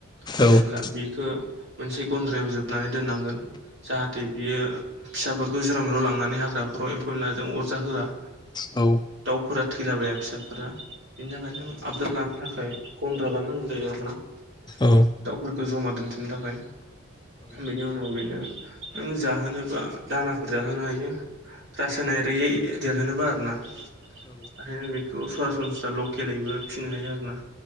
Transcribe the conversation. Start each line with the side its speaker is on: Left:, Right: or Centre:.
Left: औ-औ-औ-औ-औ-औ-औ-औ-औ-औ
Right: जेनेब्ला बिखो। मोनसे गन्द्रायाव जोबनानै दोननांगोन। जाहाथे बियो फिसाफोरखौ जेराव मेराव लांनानै हाग्राफोराव एम्फौ एनलाजों अरजा होआ
Left: औ।
Right: दाउफोरा थैलाबाया फिसाफोरा बिनि थाखायनो आबदाल लानो थाखाय गन्द्रा बानाय नांगौ जायो आरोना।
Left: औ।
Right: दाउफोरखौ जमा दोनथुमनो थाखाय बेनि उनाव बेनो। नों जाहोनोबा दानाफोर जाहोनो हायो रासायनारियै देरहोनोबा आरोना ओंखायनो बेखौ सरासनस्रा लकेलैबो फिनो हायो आरो ना